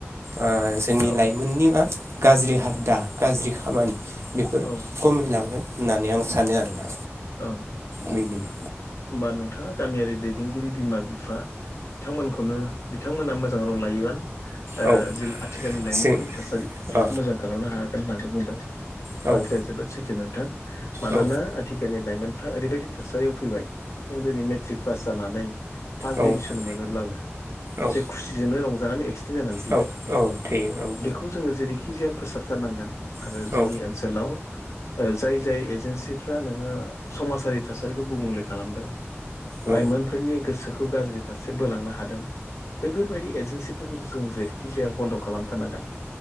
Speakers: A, on the right; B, on the left.
A: ओ जोंनि
B: औ
A: लाइमोननि मा गाज्रि हाबदा गाज्रि खामानि बेफोर
B: औ
A: खमायलांगोन होननानै आं सानो आरोना।
B: ओं होमबा
A: बेदिनो
B: नोंथाङा गामियारि दैदेनगिरि बिमा बिफा थांमोनखौनो बिथांमोना मोजां रल लायोबा ओ
A: औ
B: जि आथिखालनि लाइमोनफोरनि
A: जों
B: थासारि बेखौ
A: अ
B: मोजां खालामनो हायागोन होननानै बुंदों।
A: औ
B: बाथ्राया जोबोद सैथो नोंथां मानोना
A: औ
B: थिखालनि लाइमोनफ्रा ओरैबायदि थासारियाव फैबाय जों दिनै मेट्रिक पास जानानै फार्स्ट
A: औ
B: डिभिसन मोनोब्लाबो
A: औ
B: जे खुसिजोंनो रंजानानै एक्सिडेन्ट जानानै थैयो।
A: औ औ थैयो औ
B: खौ जोङो जेरैखि जाया फोसाबथारनांगोन आरो
A: औ
B: जोंनि
A: औ
B: ओ सोलाव ओ जाय-जाय एजेन्सि फ्रा नोङो समाजारि थासारिखौ गुबुंले खालामदों लाइमोन
A: औ
B: फोरनि गोसोखौ गाज्रि फारसे बोलांनो हादों बैफोरबायदि एजेन्सि फोरखौ जों जेरैखि जाया बन्द' खालामथारनांगोन